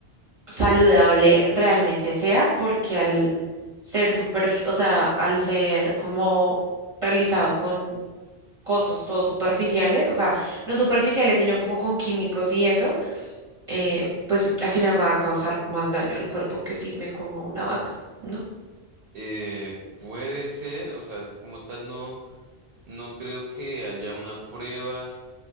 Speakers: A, on the right; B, on the right.
A: saludable realmente sea, porque al ser super, o sea, al ser como realizado con cosas todo superficiales, o sea, no superficiales, sino como con químicos y eso, eh, pues al final va a causar más daño al cuerpo que si me como una vaca, ¿no?
B: Eh, puede ser, o sea, como tal no, no creo que haya una prueba